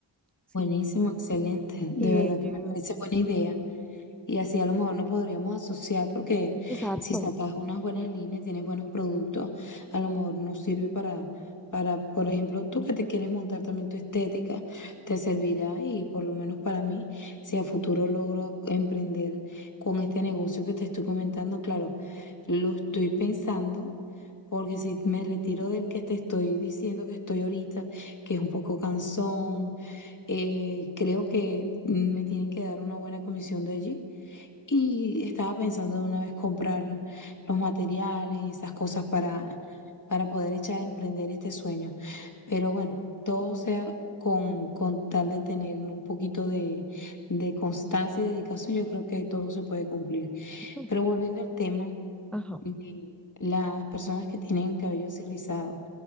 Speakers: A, in the centre; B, on the left (about 40°).
A: ¿sí?
B: buenísimo, excelente. De
A: Que
B: verdad
A: yo...
B: que me parece buena idea. Y así a lo mejor nos podríamos asociar porque
A: Exacto.
B: si sacas unas buenas líneas, tienes buenos productos, a lo mejor nos sirve para, para, por ejemplo, tú que te quieres montar también tu estética, te servirá y por lo menos para mí, si a futuro logro emprender con este negocio que te estoy comentando, claro, lo estoy pensando. Porque si me retiro del que te estoy diciendo que estoy ahorita, que es un poco cansón, Eh, creo que me tienen que dar una buena comisión de allí. Y estaba pensando de una vez comprar los materiales y esas cosas para, para poder echar a emprender este sueño. Pero bueno, todo sea con, con tal de tener un poquito de, de constancia y dedicación, yo creo que todo se puede cumplir.
A: no,
B: Pero volviendo al tema
A: Ajá.
B: de las personas que tienen el cabello así rizado.